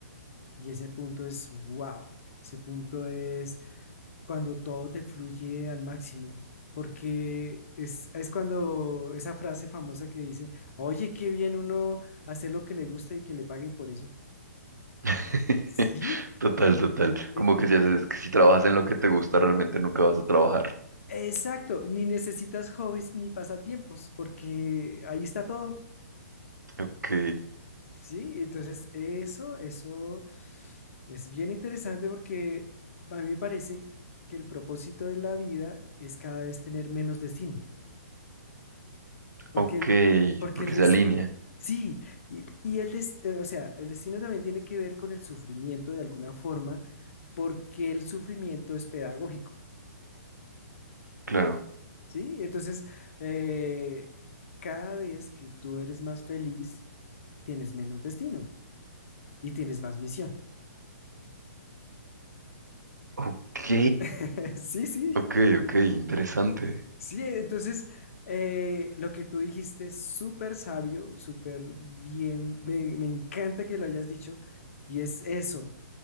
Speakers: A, on the left; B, on the right.
A: Y ese punto es wow. Ese punto es cuando todo te fluye al máximo, porque es, es cuando esa frase famosa que dice, oye, qué bien uno hacer lo que le gusta y que le paguen por eso.
B: <laughs>
A: Sí,
B: Total, total. Como
A: e- e-
B: que si haces, que si trabajas en lo que te gusta, realmente nunca vas a trabajar.
A: exacto, ni necesitas hobbies ni pasatiempos, porque ahí está todo.
B: Ok,
A: Sí, entonces eso, eso es bien interesante porque a mí me parece que el propósito de la vida es cada vez tener menos destino, porque
B: ok,
A: el, porque
B: porque
A: el, des-
B: se alinea,
A: Sí, y, y el des- eh, o sea, el destino también tiene que ver con el sufrimiento de alguna forma, porque el sufrimiento es pedagógico,
B: claro.
A: ¿sí? Entonces, eh, cada vez que tú eres más feliz, tienes menos destino y tienes más misión.
B: Ok,
A: <laughs> Sí, sí,
B: ok, ok, interesante.
A: sí. Entonces, eh, lo que tú dijiste es súper sabio, súper bien. Me, me encanta que lo hayas dicho. Y es eso,